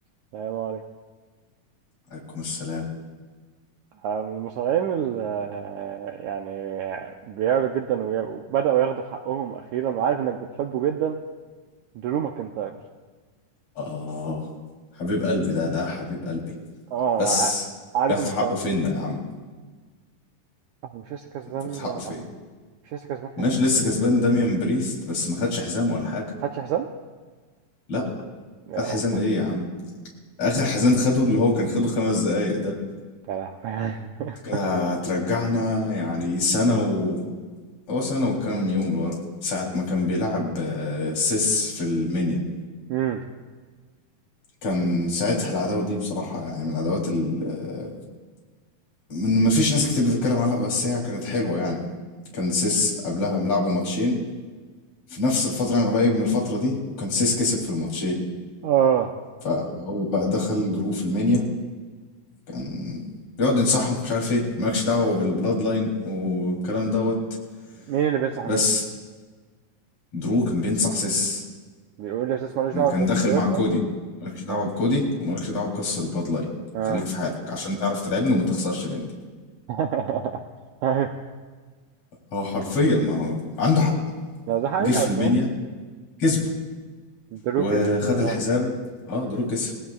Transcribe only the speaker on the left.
عليكم السلام
آه حبيب قلبي ده ده حبيب قلبي
بس
بياخد
حقه
فين ده يا عم
بياخد حقه فين
ماشي لسه كسبان داميان بريست بس ما خدش حزام ولا حاجة
لا
خد حزام
ايه يا عم آخر حزام خده اللي هو كان خده خمس دقايق ده
كده
هترجعنا يعني سنة و هو سنة وكام يوم لورا ساعة ما كان بيلعب آه، سيس في المنيا
كان ساعتها العداوة دي بصراحة يعني من العداوات ال- من ما فيش ناس كتير بتتكلم عنها بس هي كانت حلوة يعني كان سيس قبلها ملعبه ماتشين في نفس الفترة يعني قريب من الفترة دي وكان سيس كسب في الماتشين
فهو بقى دخل دروب في المنيا كان بيقعد ينصحهم مش عارف ايه مالكش دعوة بالبلاد لاين والكلام دوت
بس
درو كان بينصح سيس
اما
كان داخل
مع كودي مالكش دعوة
بكودي ومالكش دعوة بقصة البلاد لاين
خليك في حالك عشان تعرف تلعبني وما تخسرش مني
هو حرفيا ما هو عنده حق
جه في المنيا
كسبه
وخد
الحزام اه
درو كسب